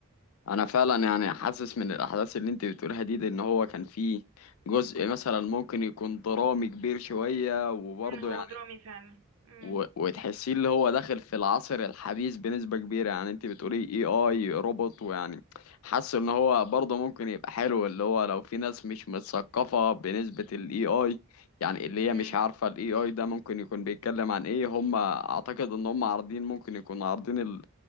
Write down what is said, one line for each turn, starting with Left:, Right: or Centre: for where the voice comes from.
Left: انا فعلا يعني حاسس من الاحداث اللي انت بتقولها دي, دي ان هو كان فيه جزء مثلا ممكن يكون درامي كبير شويه وبرضه
Right: أمم، هو
Left: يعني
Right: درامي فعلا امم
Left: و... وتحسيه اللي هو داخل في العصر الحديث بنسبة كبيرة يعني انت بتقولي اي اي روبوت ويعني حاسه ان هو برضه ممكن يبقى حلو اللي هو لو في ناس مش متثقفة بنسبة الاي اي يعني اللي
Right: امم
Left: هي مش عارفة الاي اي ده ممكن يكون بيتكلم عن ايه هم اعتقد ان هم عارضين ممكن يكون عارضين ال-